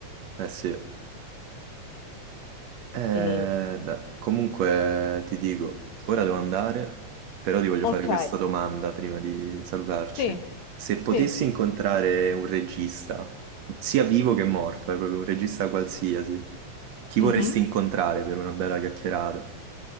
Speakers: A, on the right; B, on the left.
A: eh sì. Eh,
B: E...
A: beh, comunque ti dico, ora devo andare, però ti voglio
B: Ok,
A: fare questa domanda prima di salutarci.
B: sì,
A: Se potessi
B: sì.
A: incontrare un regista, sia vivo che morto, eh, proprio un regista qualsiasi, chi vorresti
B: Mhm.
A: incontrare per una bella chiacchierata?